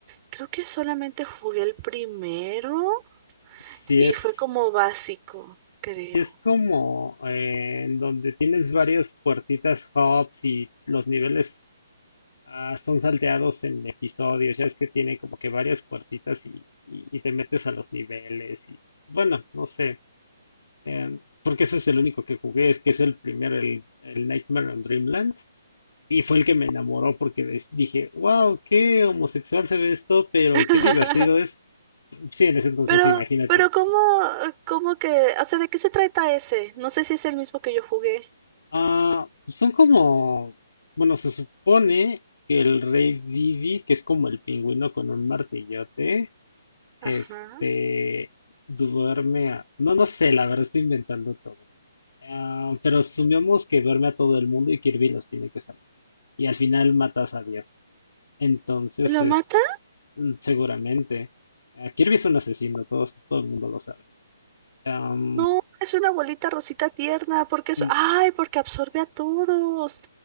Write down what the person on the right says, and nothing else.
creo que solamente jugué el primero
y
fue como básico, creo.
<laughs>
Pero,
pero ¿cómo, cómo que, o sea, ¿de qué se trata ese? No sé si es el mismo que yo jugué.
Ajá.
¿Lo
mata?
No, es una bolita rosita tierna, porque es,
ay, porque absorbe a todos.